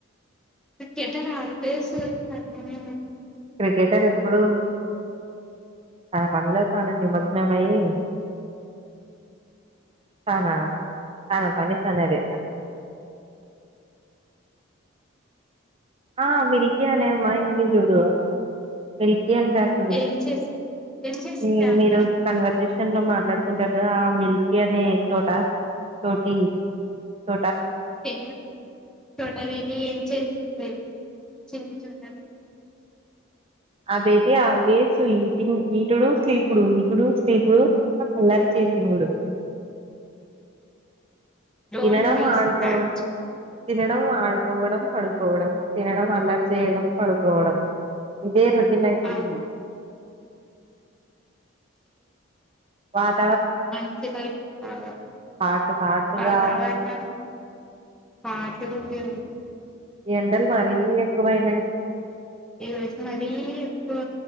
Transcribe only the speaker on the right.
క్రికెటర్ ఇప్పుడు తన పనిలో తాను నిమగ్నమయి తన తన పని తనదే ఆ మిలికి అనే అమ్మా ఇంది జుడ మ అంట అప్పుడు
మీ
మీరు కన్వర్సేషన్ లో మాట్లాడుకుంటారు ఆ మిల్కీ అనే చోట చోటి చో
అదైటి ఆల్వేస్ ఈటింగ్ ఈటుడు స్లీపుడు ఈటుడు స్లీపుడు కల్లర్ చేసింగుడు
తన్నడం
ఆడుకోవడం
తినడం ఆడుకోవడం పడుకోవడం తినడం అలర్చడం పడుకోవడం ఇదే రో తిన్నాయిపోఇంది
వాట్
హాట్ హాట్
గా
ఎండలు మరీ ఎక్కువైనాయి